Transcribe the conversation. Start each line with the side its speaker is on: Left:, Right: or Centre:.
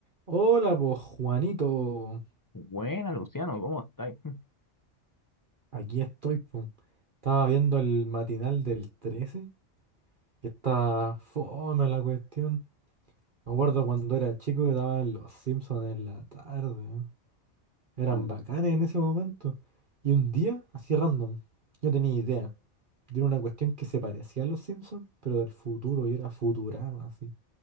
Right: Hola, pues Juanito,
Left: Buena, Luciano, ¿cómo estáis? <laughs>
Right: aquí estoy, po. Estaba viendo el matinal del 13, que está fome la cuestión. Me acuerdo cuando era chico que daban los Simpsons en la tarde, ¿no? Eran
Left: Uh,
Right: bacanes en ese momento. Y un día, así random, yo tenía idea de una cuestión que se parecía a los Simpsons, pero del futuro, y era Futurama, así.